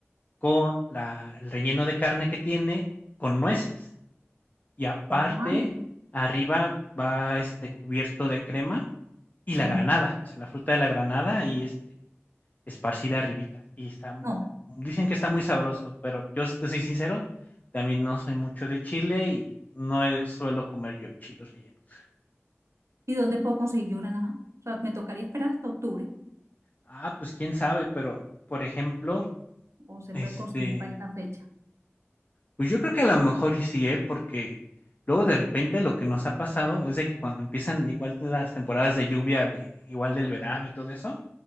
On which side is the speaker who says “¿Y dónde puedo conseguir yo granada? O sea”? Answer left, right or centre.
Right